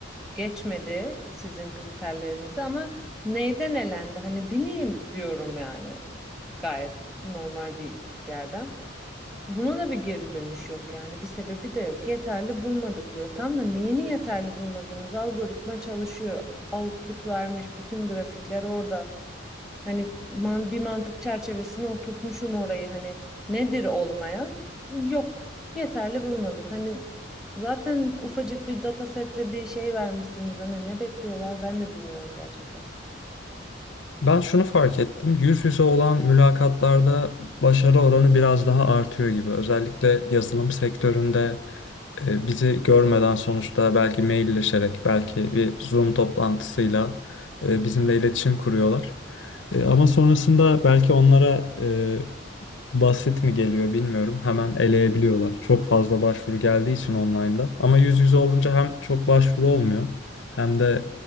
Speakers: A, in the centre; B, on the left (about 70°).
A: Geçmedi sizin kriterlerinizi ama neyden elendi? Hani bileyim diyorum yani. Gayet normal bir yerden. Buna da bir geri dönüş yok yani bir sebebi de yok. Yeterli bulmadık diyor. Tam da neyini yeterli bulmadınız? Algoritma çalışıyor. Output vermiş. Bütün grafikler orada. Hani man bir mantık çerçevesine oturtmuşum orayı. Hani nedir olmayan? Yok. Yeterli bulmadık. Hani zaten ufacık bir datasetle bir şey vermişsiniz. Hani ne bekliyorlar ben de bilmiyorum gerçekten.
B: Ben şunu fark ettim. Yüz yüze olan mülakatlarda başarı oranı biraz daha artıyor gibi. Özellikle yazılım sektöründe e, bizi görmeden sonuçta belki mailleşerek, belki bir Zoom toplantısıyla e, bizimle iletişim kuruyorlar. E, ama sonrasında belki onlara e, basit mi geliyor bilmiyorum. Hemen eleyebiliyorlar. Çok fazla başvuru geldiği için online'da. Ama yüz yüze olunca hem çok başvuru olmuyor hem de